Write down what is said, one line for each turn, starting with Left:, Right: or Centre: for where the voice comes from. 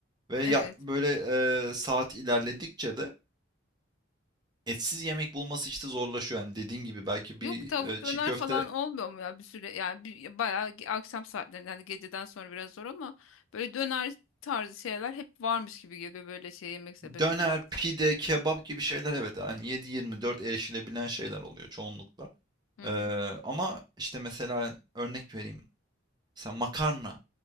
Right: Ve
Left: Evet.
Right: ya böyle e, saat ilerledikçe de etsiz yemek bulması işte zorlaşıyor. Yani dediğin gibi belki
Left: Yok
Right: bir
Left: tavuk
Right: e,
Left: döner
Right: çiğ köfte,
Left: falan olmuyor mu ya bir süre yani bir, bayağı ge- akşam saatlerinde yani geceden sonra biraz zor ama böyle döner tarzı şeyler hep varmış gibi geliyor böyle şey yemek sepetine
Right: döner,
Left: baktım.
Right: pide, kebap gibi şeyler evet yani yedi yirmi dört erişilebilen şeyler oluyor çoğunlukla.
Left: Hı
Right: E,
Left: hı.
Right: ama işte mesela örnek vereyim. Mesela makarna.